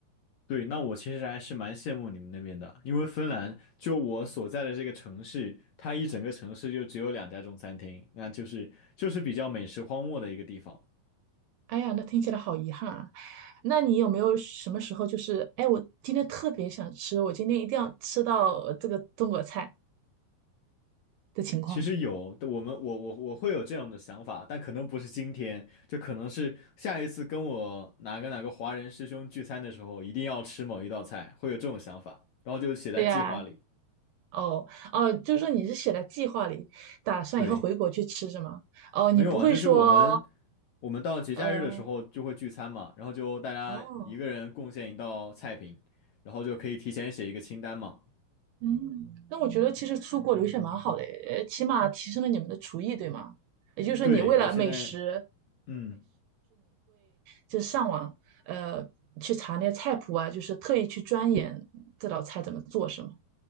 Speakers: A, on the left; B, on the right.
A: 对，那我其实还是蛮羡慕你们那边的，因为芬兰就我所在的这个城市，它一整个城市就只有两家中餐厅，那就是就是比较美食荒漠的一个地方。
B: 哎呀，那听起来好遗憾啊！那你有没有什么时候就是，哎，我今天特别想吃，我今天一定要吃到这个中国菜的情况？
A: 其实有，我们我我我会有这样的想法，但可能不是今天，就可能是下一次跟我哪个哪个华人师兄聚餐的时候，一定要吃某一道菜，会有这种想法，然后就写在计划里。
B: 对呀、哦哦，就是说你是写在计划里，打算以后回国去吃是吗？
A: 对。
B: 哦，你不会说，
A: 没有啊，就是我们我们到节假日的时候就会聚餐嘛，
B: 嗯、
A: 然后就大家一个人贡献一道菜品，
B: 哦，
A: 然后就可以提前写一个清单嘛。
B: 嗯，那我觉得其实出国留学蛮好的诶，呃起码提升了你们的厨艺，对吗？也就是说，
A: 对，
B: 你为了美食
A: 我现在，嗯，
B: 就是上网呃去查那些菜谱啊，就是特意去钻研这道菜怎么做，是吗？